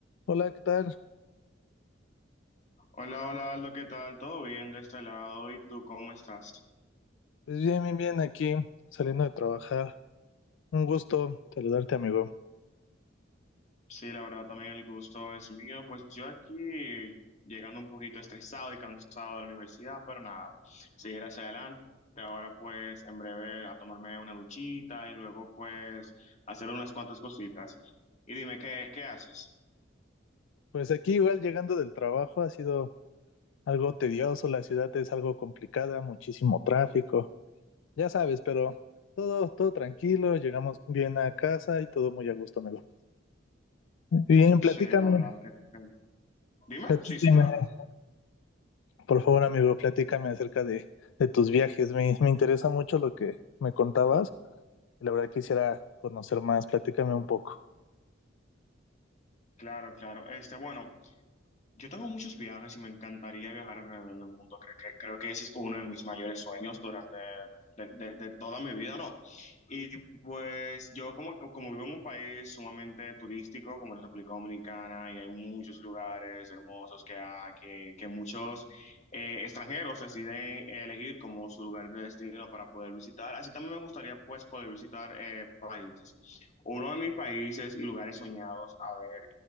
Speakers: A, on the left; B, on the left.
A: Hola, ¿qué tal?
B: Hola, hola, Aldo, ¿qué tal? ¿Todo bien de este lado? ¿Y tú cómo estás?
A: Pues bien, bien, bien, aquí saliendo de trabajar. Un gusto saludarte, amigo.
B: Sí, la verdad también el gusto es mío. Pues yo aquí llegando un poquito estresado y cansado de la universidad, pero nada, seguir hacia adelante. Ahora pues en breve a tomarme una duchita y luego pues hacer unas cuantas cositas. Y dime, ¿qué, qué haces?
A: Pues aquí igual llegando del trabajo ha sido algo tedioso, la ciudad es algo complicada, muchísimo tráfico, ya sabes, pero todo, todo tranquilo, llegamos bien a casa y todo muy a gusto, amigo. Bien,
B: Sí,
A: platícame,
B: la verdad. este, Dime,
A: platícame,
B: sí, sí, claro.
A: por favor, amigo, platícame acerca de, de tus viajes. Me, me interesa mucho lo que me contabas y la verdad quisiera conocer más, platícame un poco.
B: Claro, claro. Este, bueno, yo tengo muchos viajes y me encantaría viajar alrededor del mundo. Creo que, creo que ese es uno de mis mayores sueños durante de, de- de toda mi vida, ¿no? Y pues yo como, como vivo en un país sumamente turístico como la República Dominicana y hay muchos lugares hermosos que, ha- que, que muchos eh, extranjeros deciden elegir como su lugar de destino para poder visitar. Así también me gustaría pues poder visitar eh, países. Uno de mis países y lugares soñados, a ver,